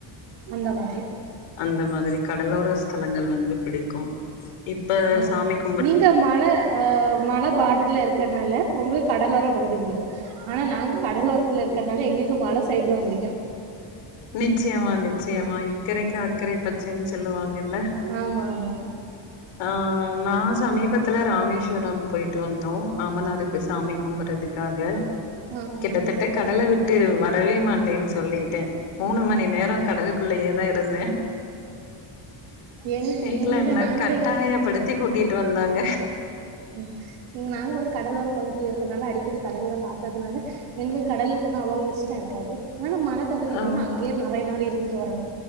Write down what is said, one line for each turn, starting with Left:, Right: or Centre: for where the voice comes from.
Right: அந்த மாதிரி
Left: அந்த மாதிரி கடலோர ஸ்தலங்கள் வந்து பிடிக்கு இப்ப
Right: ம்
Left: சாமிக்
Right: நீங்க மல அ மல பாட்ருலர் கர்னால உங்கள் கடலர பகுதி புடிக்கு ஆனா நாங் கடலோரத்துல இருக்கற்னால எங்குள் அ மல சைடு தா புடிக்கு
Left: நிச்சயமா நிச்சயமா இக்கறைக்கு அக்கறை பச்சைன்னு சொல்லுவாங்கில்ல
Right: ஆமா ஆமா
Left: ஆ நா சமீபத்துல ராமேஷ்வரம் போய்ட்டு வந்தோ மாமனாருக்கு சாமி கும்புறதுக்காக ம்
Right: ஆ ஆ
Left: கிட்டத்தட்ட கடல்ல விட்டு வரவே மாட்டேன் சொல்லிட்டே மூணு மணி நேரோ கடலுக்குள்ளயே தா இருந்தே
Right: எங்
Left: வீட்டுல
Right: எங்க
Left: என்ன
Right: நாங்க
Left: கட்டாயப்படுத்தி கூட்டிட்டு வந்தாங்க
Right: ம் இங் நாங்க வந்து கடலோர பகுதியா இருக்குற்துனால அடிக்கடி கடலல்லாம் பாக்கதுனால எங்களுக்கு கடல போனோ அவ்ளோ இஷ்டம் இருக்காது ஆனாலூ மனஸ் பகுதி
Left: ஓ
Right: போனா அங்யே நெறைய நாள் இருந்துட்டு வரணு